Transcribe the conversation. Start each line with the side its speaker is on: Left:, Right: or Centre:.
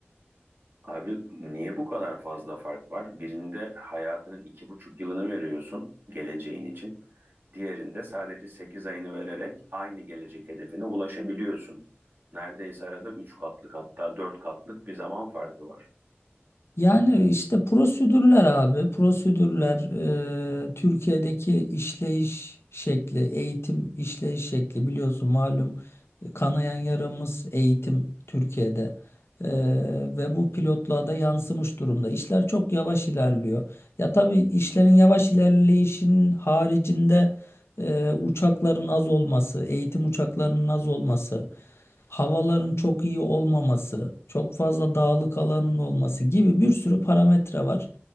Right: abi niye bu kadar fazla fark var? Birinde hayatının iki buçuk yılını veriyorsun geleceğin için. Diğerinde sadece sekiz ayını vererek aynı gelecek hedefine ulaşabiliyorsun. Neredeyse arada üç katlık hatta dört katlık bir zaman farkı var.
Left: Yani işte prosedürler abi, prosedürler e, Türkiye'deki işleyiş şekli, eğitim işleyiş şekli biliyorsun malum kanayan yaramız eğitim Türkiye'de E, ve bu pilotluğa da yansımış durumda. İşler çok yavaş ilerliyor. Ya tabii işlerin yavaş ilerleyişinin haricinde e, uçakların az olması, eğitim uçaklarının az olması havaların çok iyi olmaması, çok fazla dağlık alanın olması gibi bir sürü parametre var.